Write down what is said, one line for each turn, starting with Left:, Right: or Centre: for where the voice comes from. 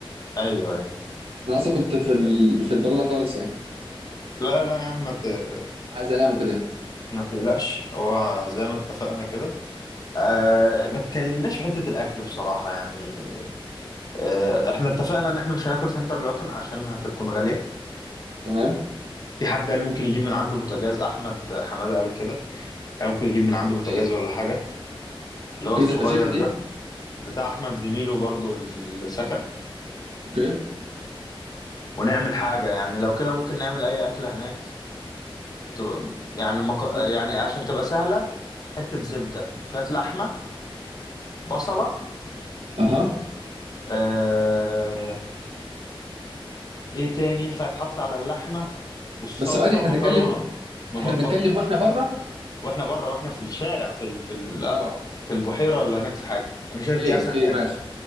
Left: ايوه أيوة.
Right: انا اصلا كنت في ال... في البلاله خالص يعني
Left: لا لا يا عم ما ت-
Right: عايز انام وكده يعني
Left: ما تقلقش هو زي ما اتفقنا كده آه ما اتكلمناش في حتة الأكل بصراحة يعني آه احنا اتفقنا إن احنا مش هناكل في انترلاكن عشان هتكون غالية
Right: تمام
Left: في حد قال ممكن يجيب من عنده بوتاجاز أحمد حمادة قال كده قال ممكن يجيب من عنده بوتاجاز
Right: ايه
Left: ولا حاجة اللي
Right: اوكي
Left: هو الصغير
Right: ده فشيخه دي
Left: ده بتاع احمد زميله برضو اللي في السكن
Right: اوكي
Left: ونعمل حاجه يعني لو كده ممكن نعمل اي اكله هناك بتبقى يعني مك...
Right: طب
Left: يعني عشان تبقى سهله حته زبده شويه لحمه بصله
Right: اها
Left: آه... ايه تاني ينفع يتحط على اللحمه والصلصه
Right: بس ثواني احنا
Left: مكرونه
Right: بنتكلم
Left: مبكبكه
Right: احنا بنتكلم واحنا بره
Left: واحنا بره واحنا في الشارع في ال... في ال...
Right: اه
Left: في البحيره ولا هناك في حاجه انا
Right: اوكي
Left: شايف دي
Right: اوكي
Left: احسن حاجه
Right: ماشي